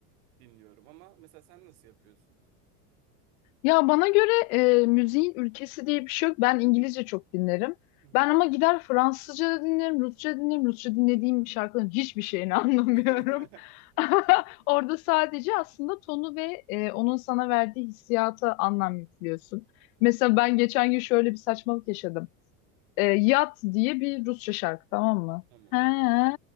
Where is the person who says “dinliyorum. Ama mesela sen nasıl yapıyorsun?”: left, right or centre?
Right